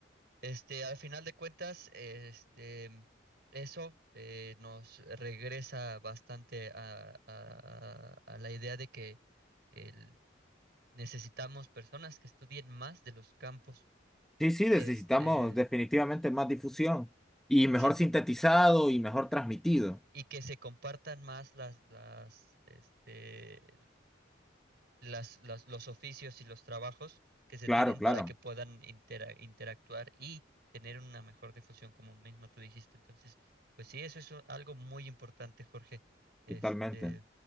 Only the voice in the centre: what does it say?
sí, sí, necesitamos
definitivamente más difusión y mejor
sintetizado y mejor transmitido.
Claro,
claro,
totalmente.